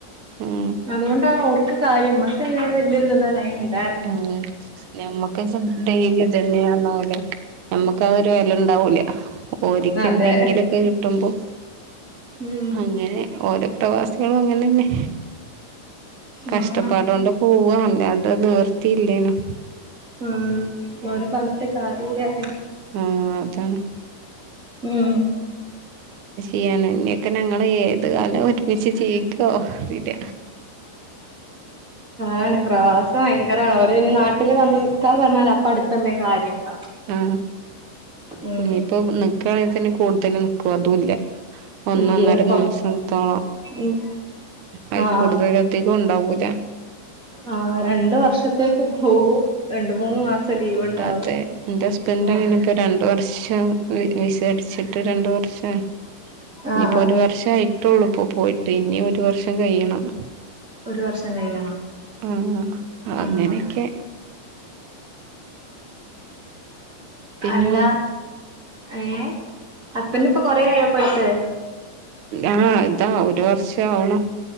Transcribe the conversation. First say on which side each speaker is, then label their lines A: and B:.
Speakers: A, on the right (about 80°); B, on the right (about 20°).
A: ഉം
B: അതുകൊണ്ടാണ് ഓർക്ക് കാര്യം മ്മ ക്കൈ നോട്‌ <unintelligible>
A: തന്നെ ഞമ്മക്ക് ചെൽ ഡെയിലി ഇതന്നെർന പോലെ നമ്മക്ക് അതൊരു വെ ല ണ്ടാവൂല ഓരിക്ക്
B: അതെ
A: എന്തെങ്കിലൊക്കെ കിട്ടുമ്പോ
B: ഉം
A: അങ്ങനെ ഓരോ പ്രവാസികളും അങ്ങനെ ന്നെ കഷ്ടപ്പാട്
B: ആഹ്
A: കൊണ്ട് പോവാ അല്ലാണ്ട് നീ ർത്തിയില്ലെ നോ
B: ആ ഓ ലെ പറഞ്ഞിട്ട് കാര്യമില്ലാ ല്ലെ
A: ആ താണ്
B: ഉം
A: യ്യാൻ എന്നെക്കെ ഞങ്ങൾ ഏത് കാലം ഒരുമിച്ച് ജീവിക്കോ അറിയില്ല
B: അതാണ് പ്രവാസം ഭയങ്കരാണ് ഓ ര് ഇനി നാട്ടില് വന്ന് നിൽക്ക പറഞ്ഞാല് അപ്പൊ അടുത്ത <unintelligible> കാര്യം ഇണ്ടാവും
A: ആ
B: ഉം
A: ഇനീ പ്പോനി ക്കാ ണെങ്കിതന്നെ കൂടുതൽ നി ക്കോ അതും ല്ല ഒന്നൊന്നര
B: ഇല്ല്യ കൊർ
A: മാസത്തോളം
B: ഉം
A: അയ്
B: ആഹ്
A: കൂടുതൽ അധികം ഉണ്ടാവൂല്ല
B: ആ രണ്ട വർഷത്തേക്ക് പോവും രണ്ടു മൂന്ന് മാസം ലീവ് ഇണ്ടാവും
A: അതെ എന്റെ ഹസ്ബൻഡ്
B: ആഹ്
A: അങ്ങനെപ്പോ രണ്ട്‌ വർഷം വിസ അടിച്ചി രണ്ടു വർഷാ ഇനിപ്പോ
B: ആഹ് ആഹ്
A: ഒരു വർഷയിട്ടൊ ള്ളൂ ഇപ്പൊ പോയിട്ട് ഇനി രു വർഷം കഴിയണം
B: ഒരു വർഷം കഴിയണം
A: ആഹ
B: ആഹ്
A: അങ്ങനെയൊക്കെ പിന്നെ
B: അല്ല ഏ ഹസ്ബൻന്റ് ഇപ്പൊ കൊറേ ആയോ പോയിട്ട്
A: ആഹ ഇതാ ഒരു വർഷ ആവുണു